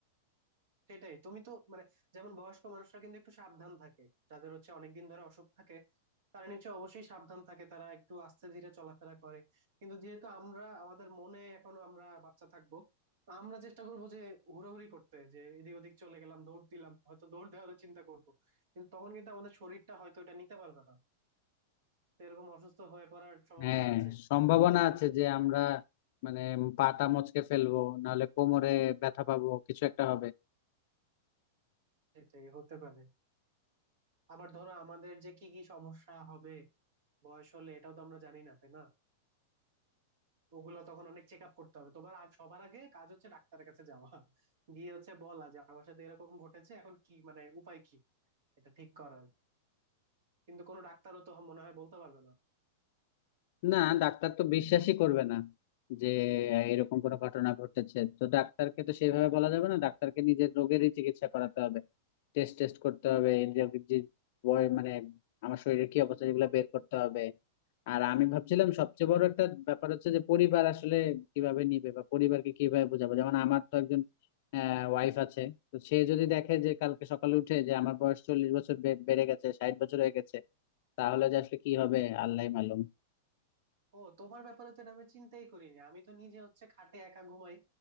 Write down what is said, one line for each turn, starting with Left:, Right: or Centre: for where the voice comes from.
Right: সেটাই তুমি তো মানে যেমন বয়স্ক মানুষরা কিন্তু একটু সাবধান থাকে যাদের হচ্ছে অনেকদিন ধরে অসুখ থাকে তারা নিশ্চয়ই অবশ্যই সাবধান থাকে তারা একটু আস্তে ধীরে চলাফেরা করে কিন্তু যেহেতু আমরা আমাদের মনে এখনো আমরা বাচ্চা থাকবো তো আমরা চেষ্টা করবো যে হুড়োহুড়ি করতে যে এদিক ওদিক চলে গেলাম দৌড় দিলাম হয়তো দৌড় দেওয়ারও চিন্তা করবো কিন্তু তখন কিন্তু আমাদের শরীরটা হয়তো এটা নিতে পারবে না তো এরকম অসুস্থ হয়ে পড়ার সম্ভাবনা
Left: হ্যাঁ
Right: আছে
Left: সম্ভাবনা আছে যে আমরা মানে পাটা মচকে ফেলবো নাহলে কোমরে ব্যথা পাবো কিছু একটা হবে
Right: সেটাই হতে পারে আবার ধরো আমাদের যে কি কি সমস্যা হবে বয়স হলে এটাও তো আমরা জানি না তাই না ওগুলো তখন অনেক চেক আপ করতে হবে তোমার আগ সবার আগে কাজ হচ্ছে ডাক্তারের কাছে যাওয়া গিয়ে হচ্ছে বলা যে আমার সাথে এরকম ঘটেছে এখন কি মানে উপায় কি এটা ঠিক করার কিন্তু কোনো ডাক্তারও তো মনে হয় বলতে পারবে না
Left: না ডাক্তার তো বিশ্বাসই করবে না যে এরকম কোনো ঘটনা ঘটেছে তো ডাক্তারকে তো সেইভাবে বলা যাবে না ডাক্তারকে নিজের রোগেরই চিকিৎসা করাতে হবে টেস্ট টেস্ট করতে হবে এই যে যে বয় মানে আমার শরীরের কি অবস্থা এগুলো বের করতে হবে আর আমি ভাবছিলাম সবচেয়ে বড় একটা ব্যাপার হচ্ছে যে পরিবার আসলে কিভাবে নিবে বা পরিবারকে কিভাবে বোঝাবো যেমন আমার তো একজন ওয়াইফ আছে তো সে যদি দেখে যে কালকে সকালে উঠে যে আমার বয়স চল্লিশ বছর বে- বেড়ে গেছে ষাট বছর হয়ে গেছে তাহলে যে আসলে কি হবে আল্লাহই মালুম
Right: ও তোমার ব্যাপারে তো এটা আমি চিন্তাই করিনি আমি তো নিজে হচ্ছে খাটে একা ঘুমাই